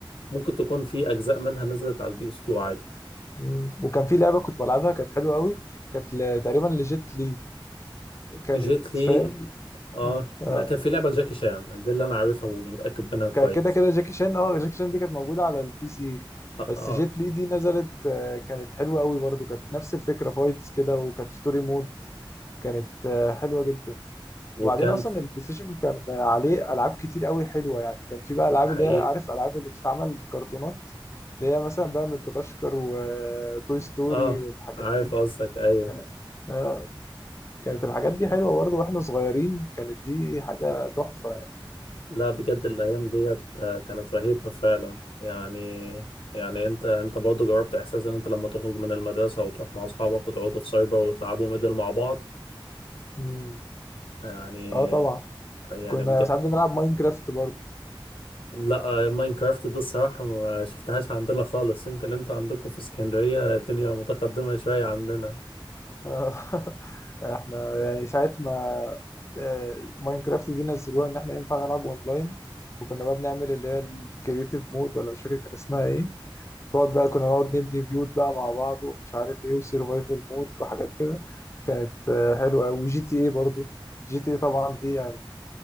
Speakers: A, on the left; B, on the left.
A: ممكن تكون في اجزاء منها نزلت على البي اس 2 عادي
B: مم. وكان في لعبه كنت بلعبها كانت حلوه قوي كانت ل- تقريبا لجيت لي كانت
A: جيت لي
B: فاهم
A: اه
B: اه
A: لا كان في لعبة لجاكي شان دي اللي انا عارفها ومتأكد منها كويس
B: ك- كده كده جاكي شان اه جاكي شان دي كانت موجودة على البي سي
A: اه
B: بس
A: اه
B: جيت لي دي نزلت آه، كانت حلوة قوي برضو كانت نفس الفكرة فايتس كده وكانت ستوري مود كانت آه، حلوة جدا
A: وكان
B: وبعدين اصلا
A: ف-
B: البلاي ستيشن كان آه، عليه العاب كتير قوي حلوة يعني كان في بقى العاب
A: حقيقي
B: اللي هي عارف العاب اللي بتستعمل كرتونات اللي هي مثلا بقى مدغشقر وتوي ستوري
A: اه
B: والحاجات
A: عارف
B: دي
A: قصدك ايوه
B: كان- آه، كانت الحاجات دي حلوة برضو واحنا صغيرين كانت دي حاجة تحفة
A: لا بجد الايام ديت آه، كانت رهيبة فعلا يعني يعني انت انت برضه جربت احساس ان انت لما تخرج من المدرسة وتروح مع اصحابك وتقعدوا في سايبر وتلعبوا ميدل مع بعض
B: مم.
A: يعني
B: اه طبعا
A: يعني
B: كنا
A: بجد
B: ساعات بنلعب ماينكرافت برضه
A: لا آه، ماينكرافت دي الصراحة ما شفتهاش عندنا خالص يمكن انت عندكم في اسكندرية الدنيا متقدمة شوية عندنا
B: آه، <laughs> احنا يعني ساعة ما آه، ماينكرافت دي نزلوها ان احنا ينفع نلعب اونلاين وكنا بقى بنعمل اللي هي الكرييتيف مود ولا مش فاكر كان اسمها ايه تقعد بقى كنا نقعد نبني بيوت بقى مع بعض ومش عارف ايه وسرفايفل مود وحاجات كده كانت آه، حلوة أوي. وجي تي ايه برضه جي تي ايه طبعا دي يعني